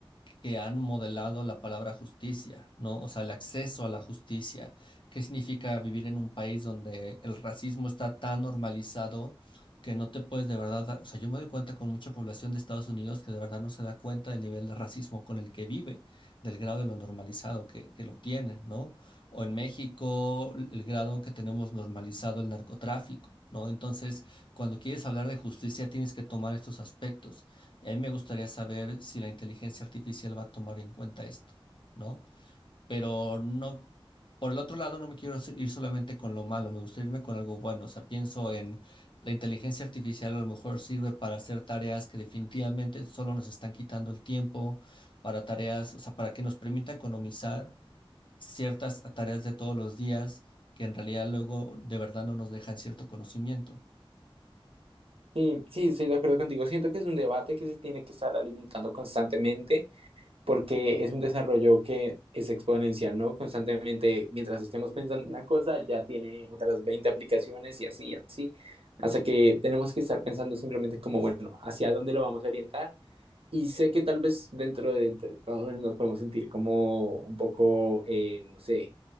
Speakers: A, on the left; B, on the right.
A: que han modelado la palabra justicia, ¿no? O sea, el acceso a la justicia. ¿Qué significa vivir en un país donde el racismo está tan normalizado que no te puedes de verdad dar? O sea, yo me doy cuenta con mucha población de Estados Unidos que de verdad no se da cuenta del nivel de racismo con el que vive, del grado de lo normalizado que, que lo tiene, ¿no? O en México, el grado que tenemos normalizado el narcotráfico, ¿no? Entonces, cuando quieres hablar de justicia, tienes que tomar estos aspectos. A mí me gustaría saber si la inteligencia artificial va a tomar en cuenta esto, ¿no? Pero no, por el otro lado, no me quiero s- ir solamente con lo malo, me gustaría irme con algo bueno. O sea, pienso en la inteligencia artificial a lo mejor sirve para hacer tareas que definitivamente solo nos están quitando el tiempo, para tareas, o sea, para que nos permita economizar ciertas tareas de todos los días que en realidad luego de verdad no nos dejan cierto conocimiento.
B: sí sí, estoy de acuerdo contigo. Siento que es un debate que se tiene que estar alimentando constantemente porque es un desarrollo que es exponencial, ¿no? Constantemente, mientras estemos pensando en una cosa, ya tiene otras 20 aplicaciones y así, así, hasta que tenemos que estar pensando simplemente como, bueno, hacia dónde lo vamos a orientar. Y sé que tal vez dentro de entre todos nos podemos sentir como un poco, eh, no sé,